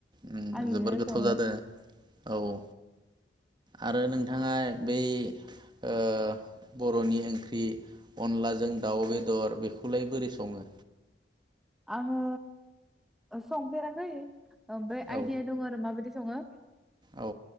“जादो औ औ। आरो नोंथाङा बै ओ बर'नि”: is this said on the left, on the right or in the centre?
Right